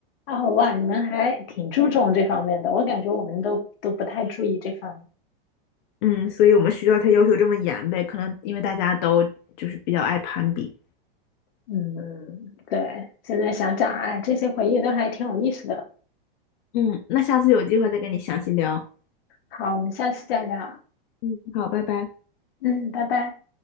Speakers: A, on the left (about 75°); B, on the left (about 50°).
A: 哦，哇，你们还挺注重这方面的，我感觉我们都都不太注意这方面。
B: 嗯，所以我们学校才要求这么严呗，可能因为大家都就是比较爱攀比。
A: 嗯，对，现在想想，哎，这些回忆都还挺有意思的。
B: 嗯，那下次有机会再跟你详细聊。
A: 好，我们下次再聊。
B: 嗯，好，拜拜。
A: 嗯，拜拜。